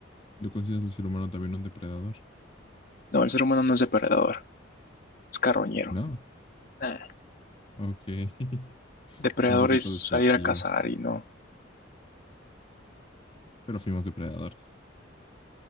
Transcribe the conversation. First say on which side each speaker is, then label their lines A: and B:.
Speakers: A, on the left; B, on the left.
A: no consideras al ser humano también un depredador.
B: No, el ser humano no es depredador, es carroñero.
A: No,
B: Ah,
A: ok. <laughs>
B: Depredador
A: un poquito
B: es
A: despectivo.
B: salir a cazar y no,
A: Pero fuimos depredadores.